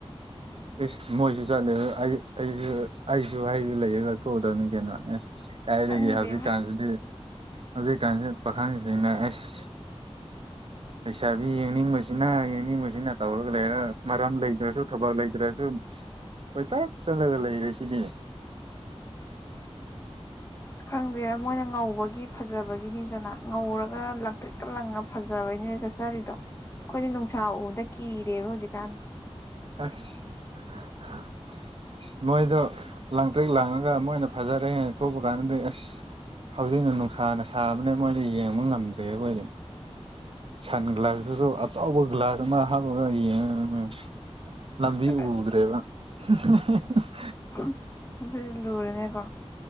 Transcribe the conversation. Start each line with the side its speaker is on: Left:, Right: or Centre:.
Left: <inaudible>
Right: ꯏꯁ ꯃꯣꯏꯁꯨ ꯆꯠꯂꯦ ꯑꯗ ꯑꯩ ꯑꯩꯁꯨ ꯑꯩꯁꯨ ꯍꯥꯏꯕ ꯂꯩꯌꯦꯅ ꯊꯣꯛꯎꯗꯕꯅꯤ ꯀꯩꯅꯣ ꯑꯦꯁ ꯀꯥꯏꯗꯒꯤ
Left: ꯈꯪꯗꯦꯕꯣ
Right: ꯍꯧꯖꯤꯛꯀꯥꯟꯁꯤꯗꯤ ꯍꯧꯖꯤꯛꯀꯥꯟꯁꯤ ꯄꯥꯈꯪꯁꯤꯡꯅ ꯑꯦꯁ ꯂꯩꯩꯁꯥꯕꯤ ꯌꯦꯡꯅꯤꯡꯕꯁꯤꯅ ꯌꯦꯡꯅꯤꯡꯕꯁꯤꯅ ꯇꯧꯔꯒ ꯂꯩꯔ ꯃꯔꯝ ꯂꯩꯇ꯭ꯔꯁꯨ ꯊꯕꯛ ꯂꯩꯇ꯭ꯔꯁꯨ ꯀꯣꯏ ꯆꯠ ꯆꯠꯂꯒ ꯂꯩꯔꯁꯤꯗꯤ
Left: ꯑꯁ ꯈꯪꯗꯦꯗ ꯃꯣꯏꯅ ꯉꯧꯕꯒꯤ ꯐꯖꯕꯒꯤꯅꯤꯗꯅ ꯉꯧꯔꯒ ꯂꯥꯡꯇ꯭ꯔꯤꯛ ꯀ ꯂꯪꯉ ꯐꯖꯕꯩꯅꯤꯅ ꯆꯠꯆꯔꯤꯗꯣ ꯑꯩꯈꯣꯏꯗꯤ ꯅꯨꯡꯁꯥ ꯎꯕꯗ ꯀꯤꯔꯦꯕ ꯍꯧꯖꯤꯛꯀꯥꯟꯗꯤ
Right: ꯑꯁ <unintelligible>
Left: <inaudible>
Right: ꯑꯁ ꯃꯣꯏꯗꯣ ꯂꯥꯡꯇ꯭ꯔꯤꯛꯛ ꯂꯡꯉꯒ ꯃꯣꯏꯅ ꯐꯖꯔꯦꯅ ꯊꯣꯛꯄ ꯀꯥꯟꯗꯗꯤ ꯑꯁ ꯍꯧꯖꯤꯛꯅ ꯅꯨꯡꯁꯥꯅ ꯁꯥꯕꯅꯦ ꯃꯣꯏꯗ ꯌꯦꯡꯕ ꯉꯝꯗ꯭ꯔꯦ ꯑꯩꯈꯣꯏꯗꯤ ꯁꯟ ꯒ꯭ꯂꯥꯁꯇꯨꯁꯨ ꯑꯆꯧꯕ ꯒ꯭ꯂꯥꯁ ꯑꯃ ꯍꯥꯞꯄꯒ ꯌꯦꯡꯉꯒ ꯑꯩꯈꯣꯏꯅ ꯂꯝꯕꯤ
Left: ꯑꯗꯨ
Right: ꯎꯗ꯭ꯔꯦꯕ <unintelligible>
Left: ꯍꯨꯝꯐ ꯑꯗꯨꯖꯨ ꯂꯨꯔꯦꯅꯦꯀꯣ